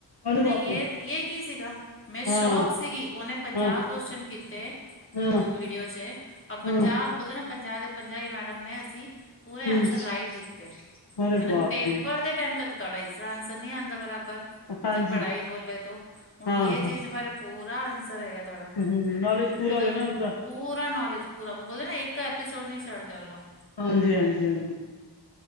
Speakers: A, on the left; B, on the left.
A: ਅਰੇ
B: ਮਨੇ
A: ਬਾਪ
B: ਯੇ-ਯੇ
A: ਰੇ
B: ਇਹ ਕੀ ਸੀਗਾ। ਮੈਂ
A: ਹਾਂ
B: ਸ਼ੌਕ ਸੀਗੀ। ਉਹਨੇ ਪੰਜਾਹ
A: ਹਾਂ
B: ਕੁਸ਼ਚਨ ਕੀਤੇ
A: ਹਾਂ
B: ਉਹ ਵੀਡੀਓ 'ਚ' ਔਰ ਪੰਜਾਬ
A: ਹਾਂ
B: ਬੋਲਦੇ ਨਾ, ਪੰਜਾਬ ਦੇ ਪੰਜਾਹ ਮੈਡਮ ਨੇ ਅਸੀਂ ਪੂਰੇ
A: ਹੂੰ
B: ਆਂਸਰ ਰਾਈਟ ਦਿੱਤੇ। <inaudible>
A: ਅਰੇ
B: ਮੇਨੇ
A: ਬਾਪ
B: ਪੇਪਰ
A: ਰੇ
B: ਦੇ ਟਾਈਮ 'ਤੇ ਤੁਹਾਡਾ ਇਸ ਤਰ੍ਹਾਂ ਆਂਸਰ ਨੀ ਆਂਦਾ ਬਰਾਬਰ,
A: ਹਾਂਜੀ
B: ਜਦ ਪੜ੍ਹਾਈ ਬੋਲੇ 'ਤੋ ਹੁਣ
A: ਹਾਂ
B: ਯੇ
A: ਹਾਂ
B: ਚੀਜ਼ ਬਾਰੇ ਪੂਰਾ ਆਂਸਰ ਹੈਗਾ ਤੁਹਾਡਾ
A: ਹੂੰ
B: ' <inaudible> '
A: ਨੌਲੇਜ ਪੂਰਾ
B: ਮੈਂ ਤਾਂ
A: ਹੋਵੇ ਨਾ ਉਹਦਾ
B: ਪੂਰਾ ਨੌਲੇਜ, ਪੂਰਾ ਆਪਾਂ ਬੋਲਦੇ ਨਾ ਇੱਕ ਇੱਕ ਐਪੀਸੋਡ ਨਹੀਂ ਛੱਡਦੇ ਉਹਨੂੰ
A: ਹਾਂਜੀ-ਹਾਂਜੀ, ਹਾਂਜੀ-ਹਾਂਜੀ।